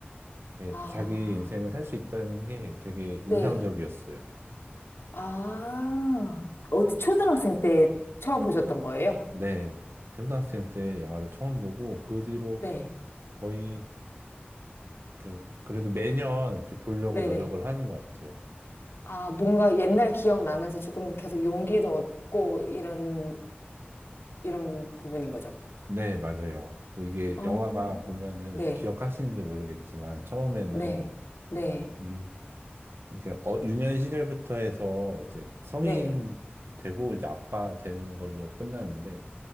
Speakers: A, on the right; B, on the left.
A: 이렇게
B: 아.
A: 자기 인생을 살 수 있다는 게 되게 인상적이었어요.
B: 네. 아, 어디 초등학생 때 처음 보셨던 거예요?
A: 네, 초등학생 때 영화를 처음 보고 그 뒤로
B: 네.
A: 거의 이렇게 그래도 매년 이렇게 보려고
B: 네네.
A: 노력을 하는 것 같아요.
B: 아, 뭔가 옛날 기억 나면서 조금 계속 용기도 얻고 이런, 이런 부분인 거죠.
A: 네, 맞아요. 그리고 이게
B: 어,
A: 영화가 보면은
B: 네.
A: 기억하시는지 모르겠지만 처음에는
B: 네. 네.
A: 음, 이렇게 어, 유년 시절부터 해서 이제 성인
B: 네.
A: 되고 이제 아빠 되는 걸로 끝났는데